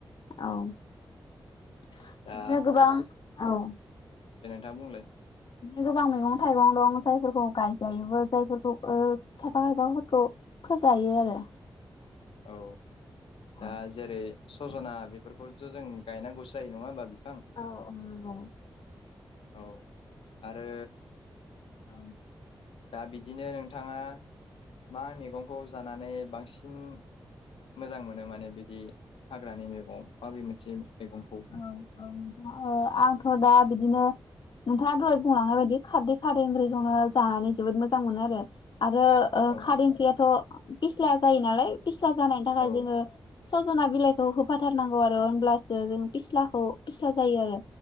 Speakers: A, on the left; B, on the left.
A: औ। बिदिनो
B: दा
A: गोबां औ।
B: थां बुंलाय।
A: बिदिनो गोबां मैगं-थाइगं दं जायफोरखौ गायजायोबो जायफोरखौ ओ खायफा खायफाफोरखौ फोजायो आरो।
B: औ।
A: औ
B: दा जेरै सजना बेफोरखौज जों गायनांगौसो जायो नङा होमबा बि
A: औ औ <unintelligible>
B: औ आरो
A: औ
B: दा बिदिनो नोंथाङा मा मैगंखौ जानानै बांसिन मोजां मोनो माने बिदि हाग्रानि मैगं माबे मोनसे मैगंखौ
A: औ औ ओ आंथ' दा बि बिदिनो नोंथाङा दहाय बुंलांनाय बायदि खारदै खारदै ओंख्रिखौनो जानानै जोबोद मोजां मोनो आरो। आरो
B: औ
A: खारेनखायाथ' पिस्ला जायो नालाय फिस्ला जानायनि थाखाय
B: औ
A: जोङो सजना बिलाइखौ होफाथारनांगौ आरो होमब्लासो जों फिस्लाखौ फिस्ला जायो आरो